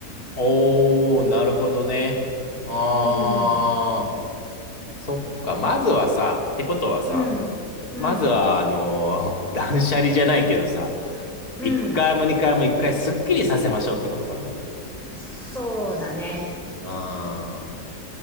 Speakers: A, on the left; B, in the centre.
A: おー、なるほどね。ああ、
B: うーん
A: そっか。まずはさ、ってことはさ、
B: うんうん
A: まずは、あのー <laughs> 断捨離じゃないけどさ、
B: うん
A: 一回も二回も一回すっきりさせましょうってことかな。
B: そうだね。
A: ああ。